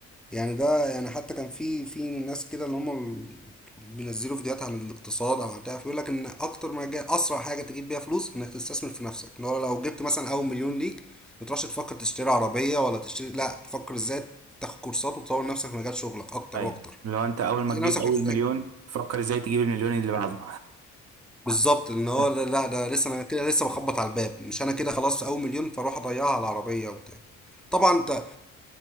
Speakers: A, in the centre; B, on the right.
A: يعني ده يعني حتى كان في في ناس كده اللي هم ال- بينزلوا فيديوهات عن الاقتصاد أو عن بتاع فيقول لك إن أكتر ما جاي أسرع حاجة تجيب بيها فلوس إنك تستثمر في نفسك اللي هو لو جبت مثلا أول مليون ليك ما تروحش تفكر تشتري عربية ولا تشتري لا تفكر إزاي تاخد كورسات وتطور نفسك في مجال شغلك أكتر
B: ايوه
A: وأكتر
B: لو انت اول ما
A: تلاقي
B: تجيب
A: نفسك
B: اول
A: بتسألك
B: مليون فكر ازاي تجيب المليون اللي بعده
A: بالظبط ان هو
B: <laughs>
A: لا لا ده لسه انا كده لسه بخبط على الباب مش انا كده خلاص اول مليون فاروح اضيعها على العربيه وبتاع طبعا انت